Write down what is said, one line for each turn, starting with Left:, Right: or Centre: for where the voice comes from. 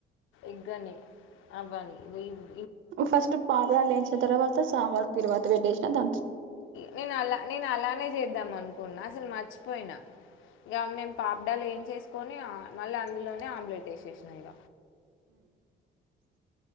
Left: ఎగ్ అనీ అబనీ వెయము
Right: ఫస్ట్ పాపడాలు ఎంచి తర్వాత సాంబార్ తిరువాత పెటేసిన ద
Left: నేను అలా నేను అలానే చేద్దాం అనుకున్నా అసలు మర్చిపోయినా ఇగ నేను పాపడాలు ఏం చేసుకొని మళ్ళీ అందులో ఆమ్లేట్ ఏసేసిన ఇగ